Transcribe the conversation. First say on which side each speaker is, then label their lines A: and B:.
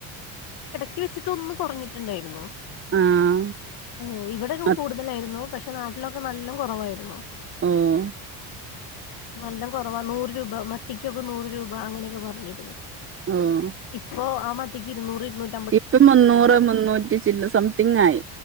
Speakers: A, on the left; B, on the right.
A: ഇടയ്ക്ക് വെച്ചിട്ടൊന്ന് കുറഞ്ഞിട്ടുണ്ടായിരുന്നു
B: ആഹ്
A: ആഹ് ഇവിടെയൊക്കെ
B: അത്
A: കൂടുതലായിരുന്നു പക്ഷെ നാട്ടിലൊക്കെ നല്ല കുറവായിരുന്നു
B: ഉം
A: നല്ല കുറവാ നൂറ് രൂപ മത്തിക്കൊക്കെ നൂറ് രൂപ അങ്ങനെയൊക്കെ പറഞ്ഞിരുന്നു
B: ആഹ്
A: ഇപ്പൊ ആ മത്തിക്ക് ഇരുന്നൂറ് ഇരുന്നൂറ്
B: ഇപ്പ മുന്നൂറ് മുന്നൂറ്റി ചില്ല സംതിങ് ആയി